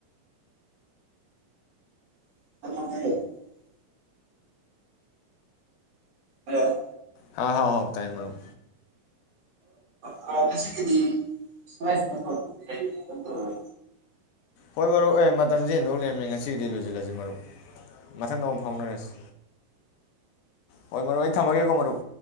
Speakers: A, on the right; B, on the left.
A: <inaudible> ꯍꯥꯂꯣ
B: ꯍꯥ ꯍꯥꯎ ꯍꯥꯎ ꯇꯥꯏ ꯃꯔꯨꯞ
A: <unintelligible> ꯉꯥꯁꯤꯒꯤꯗꯤ <unintelligible>
B: ꯍꯣꯏ ꯃꯔꯨꯞ ꯑꯦ ꯃꯇꯝꯁꯦ ꯍꯦꯟꯗꯣꯛ ꯂꯩꯔꯝꯃꯦ ꯉꯁꯤꯒꯤꯗꯤ ꯂꯣꯏꯁꯤꯜꯂꯁꯤ ꯃꯔꯨꯞ ꯃꯊꯪꯗ ꯑꯃꯨꯛ ꯐꯥꯎꯅꯔꯁꯤ ꯍꯣꯏ ꯃꯔꯨꯞ ꯑꯩ ꯊꯝꯃꯒꯦꯀꯣ ꯃꯔꯨꯞ